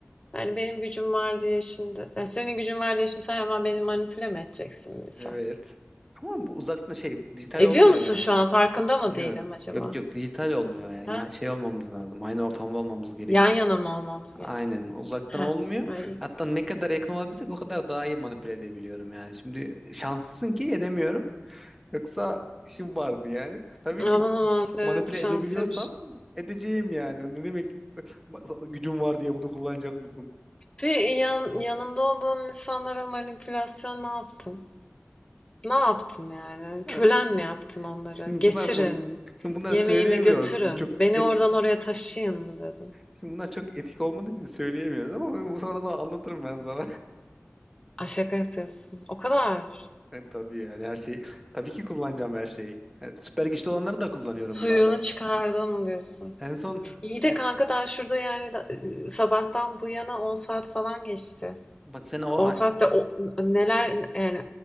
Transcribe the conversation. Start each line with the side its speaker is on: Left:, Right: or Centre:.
Left: Yani benim gücüm var diye şimdi. Ya senin gücün var diye şimdi sen hemen beni manipüle mi edeceksin misal?
Centre: evet. Ama bu uzaktan şey dijital
Left: Ediyor
Centre: olmuyor
Left: musun
Centre: yani.
Left: şu an? Farkında mı
Centre: Yok,
Left: değilim acaba?
Centre: yok yok dijital olmuyor yani
Left: Ha?
Centre: ya şey olmamız lazım aynı ortamda olmamız gerekiyor.
Left: Yan yana mı almamız
Centre: Aynen
Left: gerek?
Centre: uzaktan
Left: Ha.
Centre: olmuyor.
Left: Ay.
Centre: Hatta ne kadar yakın olabilsek o kadar daha iyi manipüle edebiliyorum yani. Şimdi şanslısın ki edemiyorum. Yoksa işim vardı yani. Tabii ki
Left: Aman aman. Evet
Centre: manipüle
Left: şanslıymışım.
Centre: edebiliyorsam edeceğim yani. Ne demek ma- gücüm var diye bunu kullanacak mısın?
Left: Ve yan, yanında olduğun insanlara manipülasyon ne yaptın? Ne yaptın yani?
Centre: Yani
Left: Kölen
Centre: bu,
Left: mi yaptın onları?
Centre: şimdi
Left: Getirin.
Centre: bunlar bu şimdi bunları
Left: Yemeğimi
Centre: söyleyemiyoruz.
Left: götürün.
Centre: Şimdi çok
Left: Beni
Centre: etik
Left: oradan oraya taşıyın mı dedin?
Centre: Şimdi bunlar çok etik olmadığı için söyleyemiyoruz ama ben- sonra da anlatırım ben sana.
Left: Ay şaka yapıyorsun. O kadar.
Centre: E, tabii yani her şeyi. Tabii ki kullanacağım her şeyi. E, süper güçlü olanları da kullanıyorum
Left: Suyunu
Centre: bu arada.
Left: çıkardım diyorsun.
Centre: En son
Left: İyi de
Centre: e,
Left: kanka daha şurada yani da- e, sabahtan bu yana 10 saat falan geçti.
Centre: bak sen o
Left: 10 saatte o neler yani